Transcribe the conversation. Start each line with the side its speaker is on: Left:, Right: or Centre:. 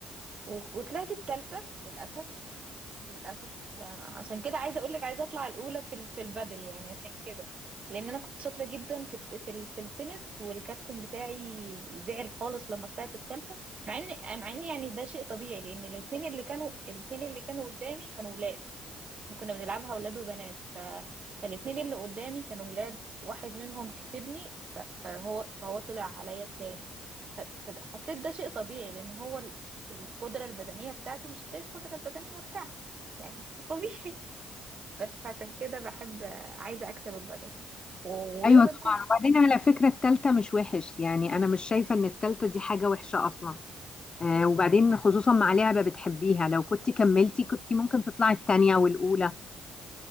Right: و- وطلعت التالتة للأسف للأسف آه، عشان كده عايزة أقولك عايزة أطلع الأولى في ال- في البادل يعني عشان كده لأن أنا كنت شاطرة جدا في الت- في ال- في التنس والكابتن بتاعي زعل خالص لما طلعت التالتة مع إن مع إن يعني ده شيء طبيعي لأن الاتنين اللي كانوا الاتنين اللي كانوا قدامي كانوا ولاد كنا بنلعبها ولاد وبنات ف... فالاتنين اللي قدامي كانوا ولاد واحد منهم كسبني ف... فهو فهو طلع عليا التاني ف... فحسيت ده شيء طبيعي لان هو ال- القدرة البدنية بتاعته مش زي القدرة البدنية بتاعتي يعني طبيعي <laughs> بس عشان كده بحب عايزة أكسب البدل و- ويوم
Left: ايوه طبعا
Right: الجمعة
Left: وبعدين على فكره التالتة مش وحش يعني انا مش شايفه ان التالتة دي حاجه وحشه اصلا آه، وبعدين خصوصا مع لعبة بتحبيها لو كنت كملتي كنت ممكن تطلعي التانية والأولى